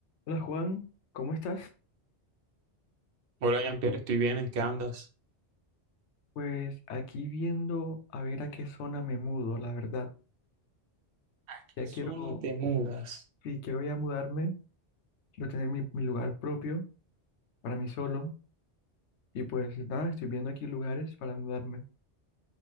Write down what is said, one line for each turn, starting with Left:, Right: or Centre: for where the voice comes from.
Left: Hola Juan, ¿cómo estás?
Right: Hola, Jean-Pierre, estoy bien, ¿en qué andas?
Left: Pues aquí viendo a ver a qué zona me mudo, la verdad.
Right: ¿A
Left: Ya
Right: qué
Left: quiero,
Right: zona te mudas?
Left: sí, quiero ya mudarme, quiero tener mi, mi lugar propio para mí solo y pues nada, estoy viendo aquí lugares para mudarme.